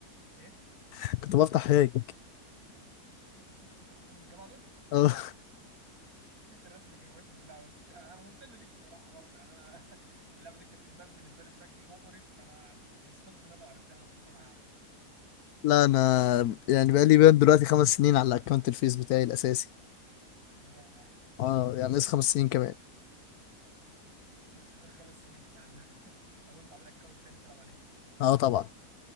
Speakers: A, on the right (about 70°); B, on the left (about 75°).
A: ايه
B: <laughs> كنت بفتح هيك
A: انت كنت انت كنت من الجماعه دول
B: اه
A: انت الناس اللي جرتني في اللعبه بس <laughs> انا ممتن ليك بصراحه برضه يعني انا <laughs> اللعبه دي كانت ادمان بالنسبه لي بشكل مقرف فانا انبسطت ان انا عرفت انا بطلها يعني
B: لا انا يعني بقى لي بين دلوقتي خمس سنين على الاكونت الفيس بتاعي الاساسي
A: <laughs> ياه
B: اه يعني لسه خمس سنين كمان
A: لسه كمان خمس سنين يعني <laughs> اظن تعمل اكونت تاني تلعب عليه
B: اه طبعا